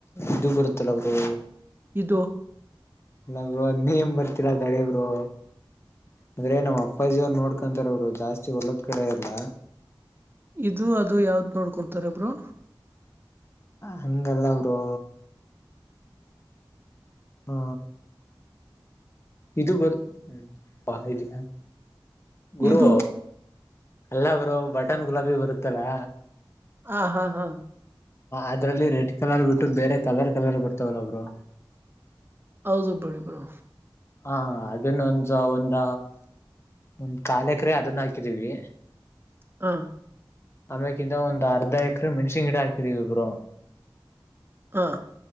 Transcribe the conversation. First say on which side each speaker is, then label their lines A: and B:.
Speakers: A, on the left; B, on the right.
A: ಇದು ಬರುತ್ತಲ್ಲ ಬ್ರೋ
B: ಇದು
A: ನಮ್ಗದ್ ನೇಮ್ ಬರ್ತಿಲ್ಲ ತಡಿ ಬ್ರೋ. ಅಂದ್ರೆ ನಮ್ಮ್ ಅಪ್ಪಾಜಿಯವರು ನೋಡ್ಕೊಂತಾರೆ ಬ್ರೋ ಜಾಸ್ತಿ ಹೊಲದ್ ಕಡೆ ಎಲ್ಲ.
B: ಇದು ಅದು ಯಾವ್ದ್ ನೋಡ್ಕೊಂತಾರೆ ಬ್ರೋ
A: ಹಂಗಲ್ಲ ಬ್ರೋ ಹಾ ಇದು ಬರು ಆ ಇದು ಗುರು
B: ಇದು
A: ಅಲ್ಲ ಬ್ರೋ ಬಟನ್ ಗುಲಾಬಿ ಬರುತ್ತಲಾ
B: ಆ ಹಾ ಹಾ
A: ಅದ್ರಲ್ಲಿ ರೆಡ್ ಕಲರ್ ಬಿಟ್ಟು ಬೇರೆ ಕಲರ್ ಕಲರ್ ಬರ್ತಾವಲ್ಲ ಬ್ರೋ.
B: ಹೌದು ಬಡಿ ಬ್ರೋ
A: ಹಾ ಅದನ್ನ ಒಂದಂದು ಒಂದ ಒಂದ್ ಕಾಲ್ ಎಕರೆ ಅದನ್ನ ಹಾಕಿದೀವಿ
B: ಹಾ
A: ಆಮ್ಯೇಕಿಂದ ಒಂದ್ರ್ಧ ಎಕ್ರ ಮೆಣಸಿ ಗಿಡ ಹಾಕಿದೀವಿ ಇಬ್ಬ್ರು
B: ಹಾ